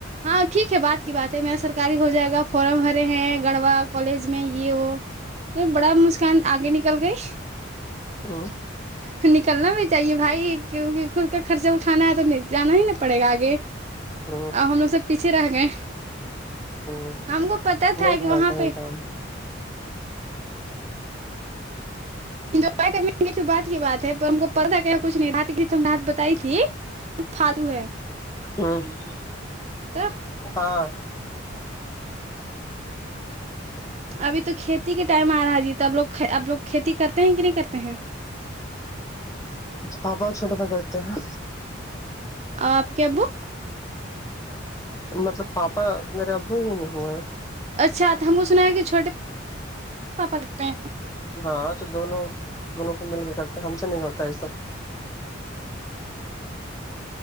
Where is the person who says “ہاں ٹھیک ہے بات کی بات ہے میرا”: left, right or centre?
Right